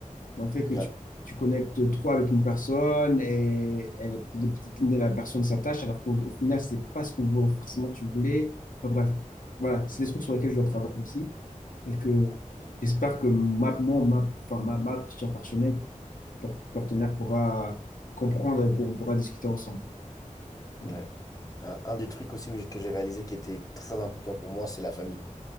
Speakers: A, on the left; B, on the left.
A: le fait que
B: ouais.
A: tu, tu connectes trop avec une personne et, et la, la- la personne s'attache, alors qu'au au final, c'est pas ce que vous, forcément tu voulais. Enfin, bref, voilà, c'est des trucs sur lesquels je dois travailler
B: Mm.
A: aussi. Et que
B: Ouais. Ouais.
A: j'espère que ma, mon, ma, enfin, ma, ma future partenaire, par- partenaire pourra comprendre et pour- on pourra discuter ensemble.
B: Ouais.
A: Ouais,
B: Un, un des trucs aussi où j'ai- que j'ai réalisé qui était très important pour moi, c'est la famille.